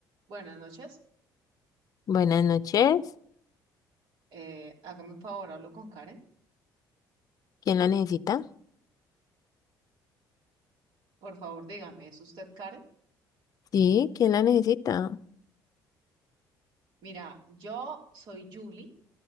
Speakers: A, on the right (about 75°); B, on the left (about 45°).
A: Buenas noches.
B: Buenas noches.
A: Eh, hágame un favor, hablo con Karen.
B: ¿Quién la necesita?
A: Por favor, dígame, ¿es usted Karen?
B: Sí, ¿quién la necesita?
A: Mira, yo soy Julie,